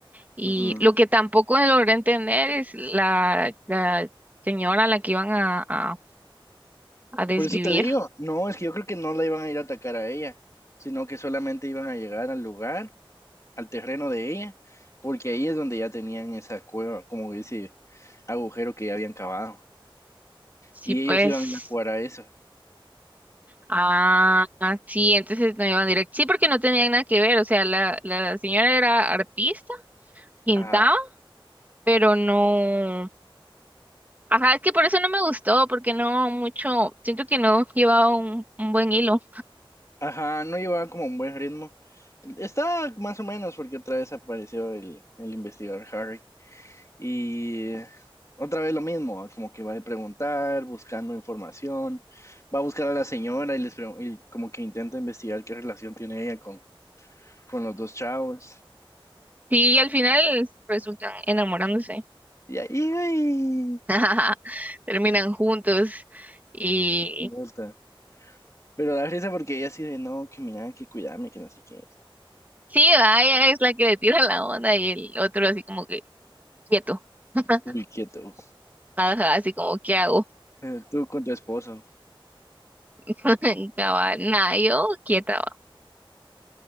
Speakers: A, on the right (about 20°); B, on the left (about 35°).
A: Y
B: ujú.
A: lo que tampoco logré entender es la, la señora a la que iban a, a a desvivir
B: Por eso te digo, no, es que yo creo que no la iban a ir a atacar a ella, sino que solamente iban a llegar al lugar, al terreno de ella, porque ahí es donde ya tenían esa cueva, como ese agujero que ya habían cavado.
A: Sí,
B: Y
A: pues.
B: ellos iban a ir a jugar a eso.
A: Ah, sí, entonces no iban directo. Sí, porque no tenían nada que ver. O sea, la, la señora era artista, pintaba,
B: Ajá.
A: pero no. Ajá, es que por eso no me gustó, porque no mucho. Siento que no llevaba un, un buen hilo.
B: Ajá, no llevaban como un buen ritmo. Está más o menos porque otra vez apareció el, el investigador Harry. Y otra vez lo mismo, como que va a preguntar, buscando información, va a buscar a la señora y, les pregun- y como que intenta investigar qué relación tiene ella con, con los dos chavos.
A: Sí, y al final resultan enamorándose.
B: Y ahí,
A: <laughs> Terminan juntos. Y
B: idiota. Pero da risa porque ella así de, no, que mira, que cuidarme, que no sé qué.
A: sí, vaya, es la que le tira la onda y el otro así como que quieto. <laughs>
B: Uy, quieto.
A: Ajá, así como, ¿qué hago?
B: Eh, Tú con tu esposo.
A: <laughs> Cabal, nada, yo quieta. va.